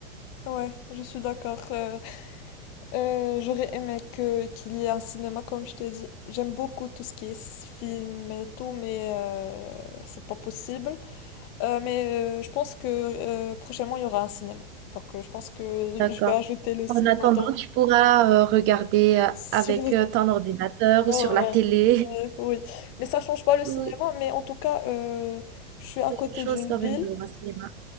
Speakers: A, on the left; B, on the right.
A: Ouais, je suis d'accord. Euh, euh, j'aurais aimé que qu'il y ait un cinéma, comme je t'ai dit. J'aime beaucoup tout ce qui est film et tout, mais euh, c'est pas possible. Euh, mais euh, je pense que euh, prochainement, il y aura un cinéma. Donc, euh, je pense que
B: D'accord.
A: je vais ajouter le cinéma
B: En attendant,
A: dans-
B: tu pourras euh, regarder euh,
A: sur
B: avec
A: le...
B: euh, ton ordinateur
A: Ah
B: ou sur la
A: ouais,
B: télé.
A: ouais,
B: <laughs>
A: oui. Mais ça change pas le
B: Oui,
A: cinéma, mais en tout cas, euh, je suis à
B: quelque
A: côté
B: chose
A: d'une
B: quand
A: ville.
B: même de un cinéma.